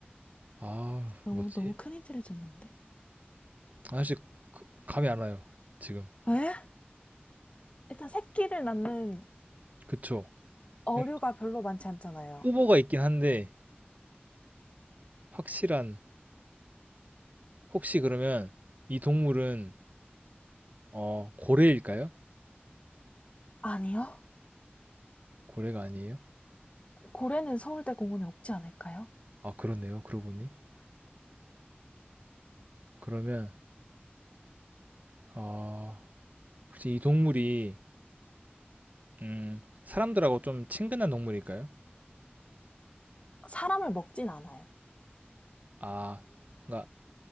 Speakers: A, on the right; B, on the left.
A: 아
B: 너무,
A: 뭐지?
B: 너무 큰 힌트를 줬는데.
A: 사실 감이 안 와요 지금.
B: 왜? 일단 새끼를 낳는
A: 그쵸?
B: 어류가
A: 예,
B: 별로 많지 않잖아요.
A: 후보가 있긴 한데 확실한 혹시 그러면 이 동물은 어 고래일까요?
B: 아니요.
A: 고래가 아니에요?
B: 고래는 서울대 공원에 없지 않을까요?
A: 아 그렇네요. 그러고 보니 그러면 아 혹시 이 동물이 음 사람들하고 좀 친근한 동물일까요?
B: 사람을 먹진 않아요.
A: 아 그러니까